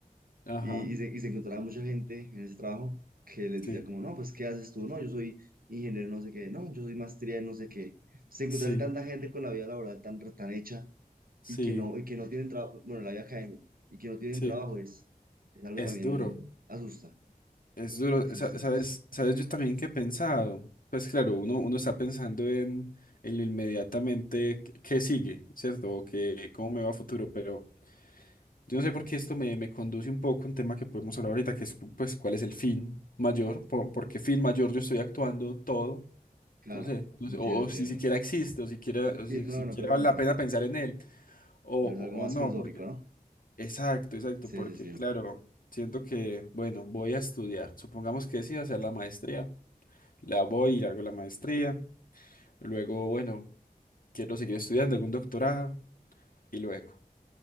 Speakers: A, on the left; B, on the right.
A: Ajá,
B: y, y, se, y se encontraba mucha gente en ese trabajo que les
A: sí,
B: decía como, no, pues, ¿qué haces tú? No, yo soy ingeniero no sé qué, no, yo soy maestría en no sé qué. Se encontrarse
A: sí,
B: tanta gente con la vida laboral tan, tan hecha
A: sí,
B: y que no, y que no tienen trabajo, bueno, la vida académica, y que no tienen
A: sí.
B: trabajo es, es algo
A: Es
B: también
A: duro.
B: asusta,
A: Es duro,
B: asusta,
A: sa-
B: asusta.
A: ¿sabes? ¿Sabes yo también que he pensado? Pues claro, uno, uno está pensando en, en lo inmediatamente que, que sigue, ¿cierto? O que cómo me va a futuro, pero yo no sé por qué esto me, me conduce un poco a un tema que podemos hablar ahorita, que es pues cuál es el fin mayor, por, por qué fin mayor yo estoy actuando todo,
B: Claro,
A: no sé, no
B: entiendo,
A: sé, o, o
B: entiendo.
A: si siquiera existe, o siquiera, o si
B: Sí, es
A: siquiera
B: una buena pregunta.
A: vale la pena pensar en él, o,
B: La
A: o,
B: verdad, algo más
A: o no,
B: filosófico, ¿no?
A: Exacto, exacto,
B: Sí,
A: porque
B: sí,
A: claro,
B: sí.
A: siento que, bueno, voy a estudiar. Supongamos que decido hacer la maestría. La voy y hago la maestría. Luego, bueno, quiero seguir estudiando, hago un doctorado. Y luego